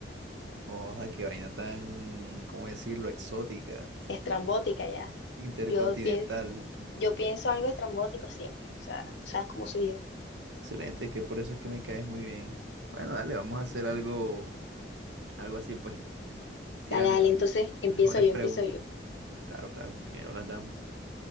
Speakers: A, on the right; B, on the left.
A: Joda, qué vaina tan, ¿cómo decirlo? Exótica,
B: Estrambótica ya.
A: intercontinental.
B: Yo, pien- yo pienso algo estrambótico siempre, o sea, sabes cómo soy yo.
A: Excelente, es que por eso es que me caes muy bien. Bueno, dale, vamos a hacer algo, algo así, pues. Tírame
B: Dale, dale,
A: tu
B: entonces
A: pri- tu- tus
B: empiezo
A: mejores
B: yo,
A: preguntas.
B: empiezo yo.
A: Claro, claro, primero las damos.